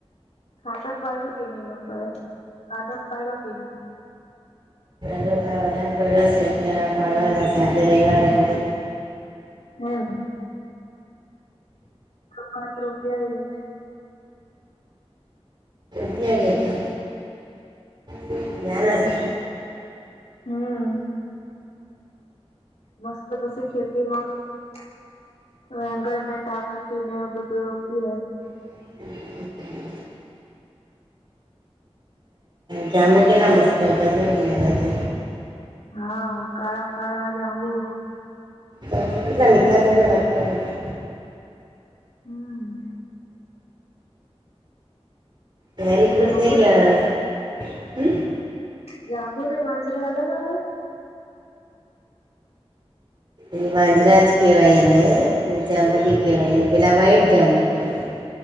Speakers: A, on the left; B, on the right.
A: ખાતર પાયડો કે નહી લોકોએ કાડક પાયડો કે નહી?
B: વધારે પડ્યા છે એટલે પાડવાલા છે આજે રવિવાર એટલે
A: હમ એક પાત રોપિયા એ
B: પતી આઈગો તો ન્યાલા છે.
A: હમ મસ્ત પછી ખેતીમાંંગણને ટામેટી ને બધું રોપીએ
B: <unintelligible> જામુ કેલા મસ્ત તજ ગિજના છે
A: હા કાળા કાળા જાબું
B: તો કેટલા મીઠા કેટલા લાગતો એ
A: હમ.
B: તારી પૂરી
A: જાંબુ
B: થઈ ગયા
A: ને
B: હવે?
A: જાંબુ ને વાંજરા અલગ આવે?
B: એ વાંજરા જ કહેવાય ને જાંબુ બી કહેવાય ને પેલા વ્ાઈટ જાંબુ કહેવાય